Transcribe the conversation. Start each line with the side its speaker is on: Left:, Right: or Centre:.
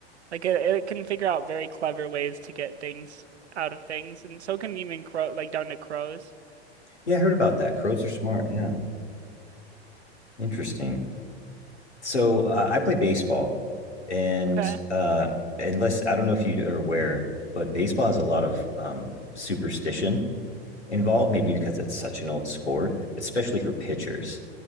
Right: Like it, it can figure out very clever ways to get things out of things and so can even crow like down to crows.
Left: Yeah, I heard about that. Crows are smart. Yeah. Interesting. So uh, I play baseball, and
Right: Okay.
Left: uh, unless I don't know if you are aware, but baseball has a lot of um, superstition involved. Maybe because it's such an old sport, especially for pitchers.